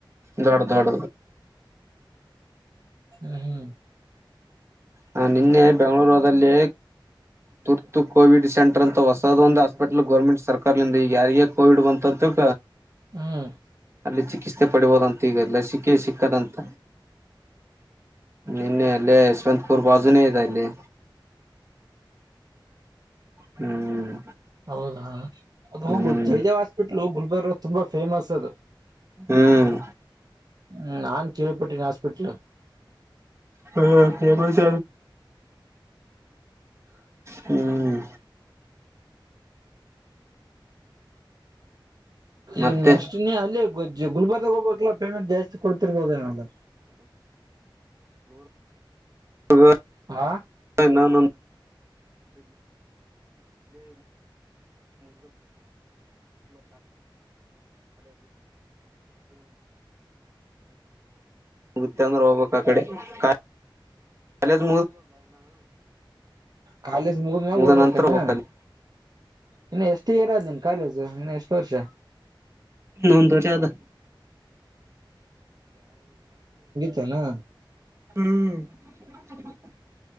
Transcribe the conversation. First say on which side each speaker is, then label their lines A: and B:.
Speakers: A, on the right; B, on the right.
A: ದೊಡ ದಡ
B: ಹ್ಮ
A: ಹ ನಿನ್ನೆ ಬೆಂಗಳೂರುಲ್ಲಿ ತುರ್ತು ಕೋವಿಡ್ ಸೆಂಟರ್ ಅಂತ ಹೊಸದ ಒಂದು ಹಾಸ್ಪಿಟಲ್ ಗೋರ್ಮೆಂಟ್ ಸರ್ಕಾರಲಿಂದ ಈ ಯಾರಿಗ ಕೋವಿಡ್ ಬಂತ ಅಂತ
B: ಹ್ಮ್
A: ಅಲ್ಲಿ ಚಿಕಿತ್ಸೆ ಪಡಿಬೋದಂತ ಈಗ ಲಸಿಕೆ ಸಿಕ್ಕದಂತ ನಿನ್ನೆ ಅಲ್ಲೇ ಸ್ವಂತ ಪೂರ್ಪ ಅಜನ ದೆ ಇಲ್ಲಿ ಹ್ಮ್
B: ಹೌದಾ ಅದು ಹೋಗುದು
A: ಹ್ಮ್
B: ಜಯದೇವ್ ಹಾಸ್ಪಿಟ್ಲ್ ಹೋಗ ಬ ತುಂಬಾ ಫೇಮಸ್ ಅದು
A: ಹ್ಮ್
B: ಹ್ಮ ನಾನ್ ಕಿರುವಪಟ್ಟಿನ ಹಾಸ್ಪಿಟ್ಲ್
A: ಹ್ಮ ಗಸ ಹ್ಮ್
B: ಈಗ
A: ಮತ್ತೆ
B: ನೆಕ್ಸ್ಟ್ ನೀ ಅಲ್ಲಿ ಗುಲ್ಬರ್ಗ ಹೋಗಬೇಕಕ್ಾ ಪೇಮಂಟ್ ಜಾಸ್ತಿ ಕೊಡ್ತಿರ್ಬೋದ ಹದ
A: ಹ
B: ಹಾ
A: ನಾನ ಮುಗತಂದ್ರೆ ಹೋಗ್ಬೇಕಕ್ ಆ ಕಡೆ ಕಾಲೇಜ್
B: ಕಾಲೇಜ್ ಮುಗಿದ್ಮ್ಯಾಗ
A: ಮುಗ್ದ
B: ಹೋಗ್ಬೇಕನಾ
A: ನಂತರ ಹೋಗ್ಬೇಕ್ ಅಲ್ಲಿ
B: ಇನ್ನು ಎಷ್ಟ ಇರ ನಿನ್ ಕಾಲೇಜು ಇನ್ ಎಷ್ಟ್ ವರ್ಷ
A: ಇನ್ನೊಂದು ವರ್ಷ ಆದ
B: ತಲಾ
A: ಹ್